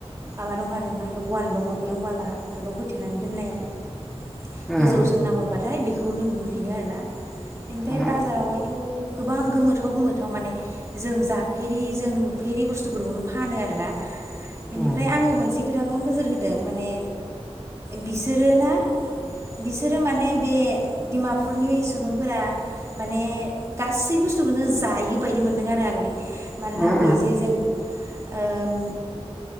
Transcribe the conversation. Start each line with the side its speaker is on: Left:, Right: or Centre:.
Right: माबा दं आरो म माने ववाल दङ बे ववालाल' होथेनानै दोननाय आरो
Centre: उम
Right: गोजौजों नाहरबाथाय बे बेखौनो नुहुरफिनो आरो ना बेनिफ्राय
Centre: उम उम
Right: बाजारावहायथ' गोबां गोमोथाव गोमोथाव माने जों जाफेरि जों नुफेरि बुस्थुफोरखौनो फानो आरोना बेनिफ्राय
Centre: उम
Right: आङो मोनसे खोथाखौ नोजोर होदों माने बिसोरोना बिसोरो माने बे डिमापुरनि सुबुंफोरा माने गासै बुस्थुखौनो जायो बायदि मोनदों आरो आङो। मानोना
Centre: उम
Right: बै जे जों। ओम